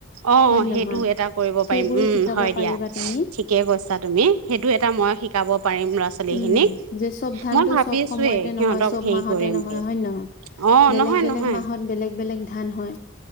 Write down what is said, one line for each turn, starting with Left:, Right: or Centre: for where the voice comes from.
Right: অ',
Left: হয় নহয়
Right: সেইটো এটা কৰিব
Left: সেইবোৰো
Right: পাৰিম উম,
Left: শিকাব
Right: হয়,
Left: পাৰিবা
Right: দিয়া
Left: তুমি
Right: ঠিকে কৈছা তুমি। সেইটো এটা মই শিকাব পাৰিম ল'ৰা ছোৱালীখিনিক,
Left: উম যে চব ধানটো
Right: মই ভাবিছোঁয়ে
Left: চব সময়তে
Right: সিহঁতক
Left: নহয় চব
Right: হেৰি
Left: মাহতে
Right: কৰিম
Left: নহয়
Right: বুলি
Left: হয়, নহয়।
Right: অ
Left: বেলেগ,
Right: নহয়
Left: বেলেগ
Right: নহয়
Left: মাহত বেলেগ বেলেগ ধান হয়।